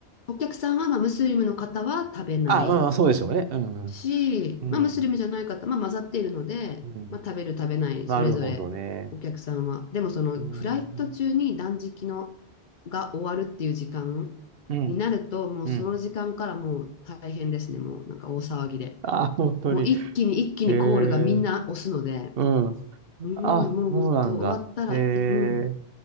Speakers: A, on the left (about 50°); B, on the right (about 65°).
A: お客さんはまあムスリムの方は食べない
B: あ、まあまあ、そうでしょうね。うん、うん、
A: し、
B: うん。
A: まあムスリムじゃない方、まあ混ざっているので、
B: うん
A: まあ食べる食べない、
B: なるほどね。
A: それぞれお客さんは。でもそのフライト中に断食の
B: うん。
A: が終わるっていう時間
B: うん。
A: になると、もうその時間からもう大変ですね。
B: うん
A: もうなんか大騒ぎで。
B: <laughs> あ、本当に。
A: もう一気に一気にコールがみんな押すので、
B: えー、うん。
A: うん、
B: あ、
A: もう本当終わったらい、
B: そうなんだ。えー、
A: も